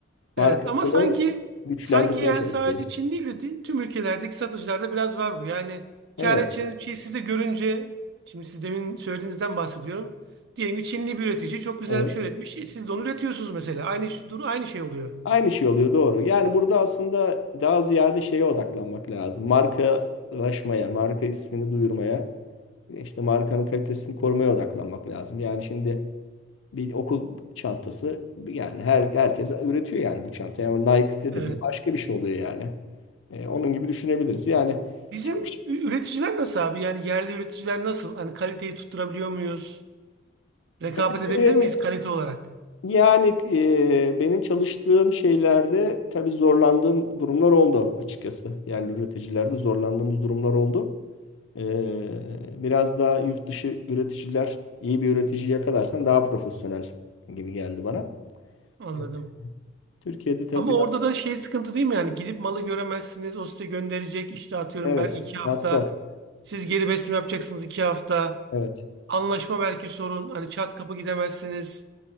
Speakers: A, on the left (about 85°); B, on the right (about 65°).
A: Markasını
B: Evet ama sanki
A: güçlendirmeye
B: sanki yani
A: çalışıyor.
B: sadece Çin değil de di- tüm ülkelerdeki satıcılarda biraz var bu. Yani
A: Evet,
B: kâr edeceğiniz bir şey siz de görünce şimdi siz demin söylediğinizden bahsediyorum. Diyelim ki Çinli bir üretici çok güzel
A: evet.
B: bir şey üretmiş. E, Siz de onu üretiyorsunuz mesela. Aynı ş- dur aynı şey oluyor.
A: Aynı şey oluyor doğru. Yani burada aslında daha ziyade şeye odaklanmak lazım. Markalaşmaya, marka ismini duyurmaya, işte markanın kalitesini korumaya odaklanmak lazım. Yani şimdi bir okul çantası yani her herkes üretiyor yani bu çantayı ama Nike dedim
B: Evet.
A: mi başka bir şey oluyor yani. E, onun gibi düşünebiliriz. Yani
B: Bizim
A: çok
B: ü- üreticiler nasıl abi? Yani yerli üreticiler nasıl? Hani kaliteyi tutturabiliyor muyuz? Rekabet
A: kaliteye
B: edebilir miyiz kalite olarak?
A: Yani e, benim çalıştığım şeylerde tabii zorlandığım durumlar oldu açıkçası. Yerli üreticilerde zorlandığımız durumlar oldu. E, biraz daha yurt dışı üreticiler iyi bir üretici yakalarsan daha profesyonel gibi geldi bana.
B: Anladım.
A: Evet. Türkiye'de tabii
B: Ama
A: biraz
B: orada da şey sıkıntı değil mi? Yani gidip malı göremezsiniz. O size gönderecek. İşte atıyorum
A: evet
B: belki iki hafta.
A: masraf.
B: Siz geri besleme yapacaksınız iki hafta.
A: Evet.
B: Anlaşma belki sorun. Hani çat kapı gidemezsiniz.